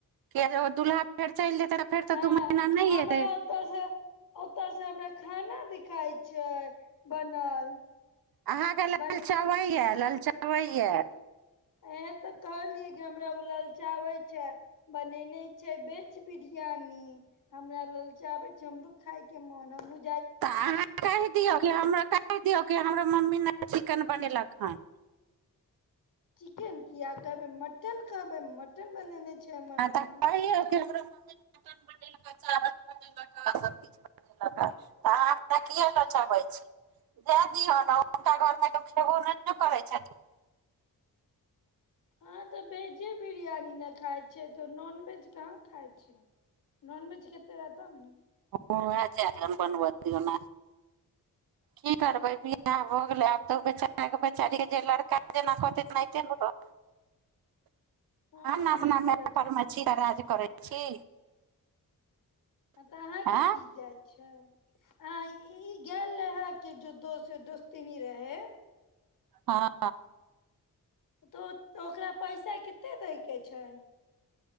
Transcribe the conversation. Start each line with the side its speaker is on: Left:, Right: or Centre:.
Right: किए दुल्हा फेर चलि जेतै तऽ फेर तऽ
Left: हँ
Right: दू महीना नहि
Left: हमरा
Right: एतै
Left: ओतऽ से ओतऽ से हमरा खाना देखााय छै बनल
Right: अहाँके लाल
Left: बन
Right: चावइ यए लाल चा तबय
Left: इहें तऽ कहलियै कि हमरा ओ लाल चाबै छै बनेने छै वेज बिरियानी हमरा लालचाबे छै हमरो खाय के मोन ह
Right: तऽ अहाँ कहि दियऔ हमरा कहि दियऔ कि हमर मम्मी नहि चिकेन पनीला खान
Left: चिकेन किया कहबै मटन कहबै मटन बनेने छै हमर
Right: आ
Left: मम्मी
Right: तली मनेलक चावल बनेलक सबकछ बनेलक तऽ अहाँ हमरा कए ल चबे छी द दिय ने हुनका घरमे तऽ खेबो नहि कहै छथिन
Left: अहाँ तऽ वेजे बिरियानी नहि खाइ छियै तऽ नॉनवेज कहाँ खाइ छ नॉनवेज खेते रह तब ने
Right: ओ चन बनबऔ ने की करबै भी इ हो गेलै आब तऽ बेचार च जे लड़का जेना कहतैनात हमह
Left: हँ
Right: ने
Left: एनाहिते
Right: अपना माय
Left: रहतै
Right: परमछीके
Left: की
Right: राज करैत छी
Left: ह तऽ अहाँके
Right: आँय
Left: की जाइ छै अहाँ ई गेल रहेहा के जो दोस्त दोस्तनी रहे
Right: हँ
Left: तऽ ओकरा पैसा कतेक दैके छै